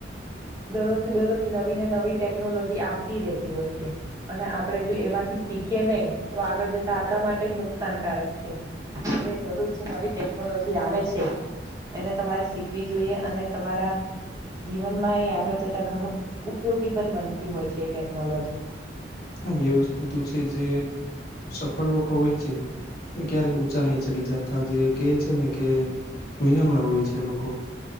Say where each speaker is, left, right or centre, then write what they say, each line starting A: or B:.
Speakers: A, on the right; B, on the left.
A: દરરોજ દરરોજ. નવી ને નવી ટેકનોલોજી આવતી રતી હોય છે અને આપડે જો એમાંથી શીખીએ નહી તો. આગળ જતા આપણા માટે જ નુકસાનકારક છે એટ દરરોજ નવી ટેકનોલોજી આવે છે. એને તમારે શીખવી જોઈએ અને તમારા જીવનમાં એ આગળ જતા ઘણું. ઉપયોગી પણ બનતી હોય છે એ ટેકનોલોજી
B: હા એ વસ્તુ તો છે જે સફળ લોકો હોય એ ક્યારેક ઊંચા નહી ચડી જતા જે કે છે ને કે વિનમ્ર હોય છે લોકો